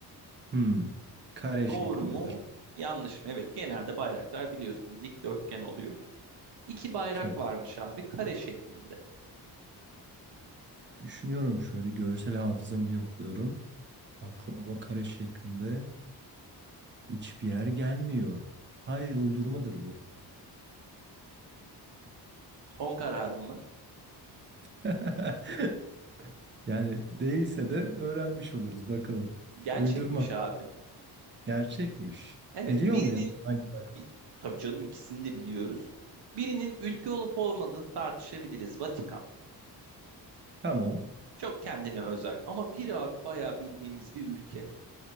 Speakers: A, on the right; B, on the right.
A: Hmm, kare
B: Doğru
A: şeklindedir.
B: mu? Yanlış mı? Evet, genelde bayraklar biliyorsun dikdörtgen oluyor. İki bayrak
A: Kare.
B: varmış abi kare şeklinde.
A: Düşünüyorum şöyle görsel hafızamı yokluyorum. Aklıma kare şeklinde hiçbir yer gelmiyor. Hayır uydurmadır bu.
B: Son kararım mı?
A: <laughs> Yani değilse de öğrenmiş oluruz bakalım.
B: Gerçekmiş
A: Uydurma.
B: abi.
A: Gerçekmiş.
B: Evet
A: Biliyor
B: birinin
A: muyuz? Hangi bay-
B: bir, tabii canım ikisini de biliyoruz. Birinin ülke olup olmadığını tartışabiliriz. Vatikan.
A: Tamam.
B: Çok kendine özel ama bir abi bayağı bildiğimiz bir ülke.